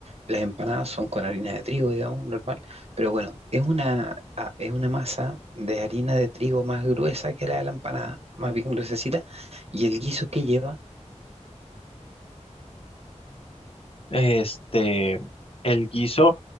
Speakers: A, on the right (about 55°); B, on the left (about 50°).
A: Las empanadas son con harina de trigo, digamos, normal, pero bueno, es una, ah, es una masa de harina de trigo más gruesa que la de la empanada, más bien gruesecita, y el guiso que lleva,
B: Este, el guiso,